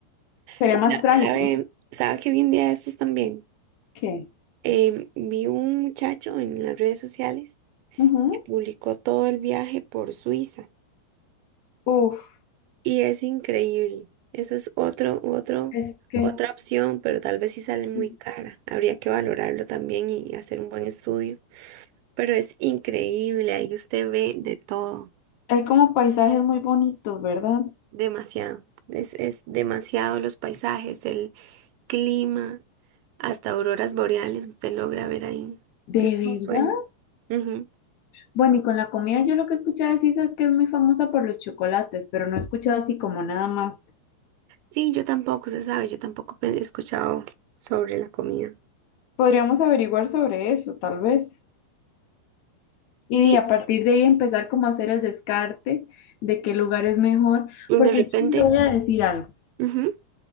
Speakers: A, on the left (about 75°); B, on the right (about 80°).
A: sería
B: O
A: más
B: sea,
A: trágico.
B: ¿sabe, sabe que vi un día de estos también?
A: ¿Qué?
B: Em, vi un muchacho en las redes sociales
A: Ujú.
B: que publicó todo el viaje por Suiza.
A: Uf,
B: Y es increíble. Eso es otro, otro,
A: es que
B: otra opción, pero tal vez sí sale muy
A: sí,
B: cara. Habría que valorarlo también y hacer un buen estudio. Pero es increíble, ahí usted ve de todo,
A: hay como paisajes muy bonitos, ¿verdad?
B: demasiado. Es, es demasiado los paisajes, el clima, hasta auroras boreales usted logra ver ahí.
A: ¿De
B: Es un sueño.
A: verdad?
B: Ujú.
A: Bueno, y con la comida yo lo que he escuchado de Suiza es que es muy famosa por los chocolates, pero no he escuchado así como nada más.
B: Sí, yo tampoco, se sabe, yo tampoco he escuchado sobre la comida.
A: Podríamos averiguar sobre eso, tal vez. Y
B: Sí,
A: a partir de ahí empezar como a hacer el descarte de qué lugar es mejor, porque
B: de repente.
A: yo sí le voy a decir algo.
B: ujú.